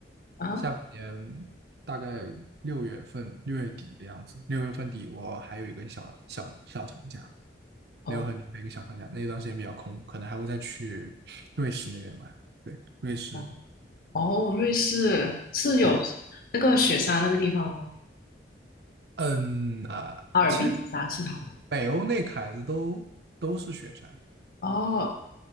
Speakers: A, on the left (about 50°); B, on the right (about 60°).
A: 啊，
B: 下半年大概六月份、六月底的样子，六月份底我还有一个小小小长假，留月厉的一个小长假，
A: 哦
B: 那段时间比较空，可能还会再去瑞士那边玩。对，瑞士，
A: 哦哦，瑞士是有
B: 对，
A: 那个雪山那个地方吗？
B: 嗯啊，
A: 阿尔卑斯山是它吗？
B: 其实北欧那凯子都都是雪山
A: 哦，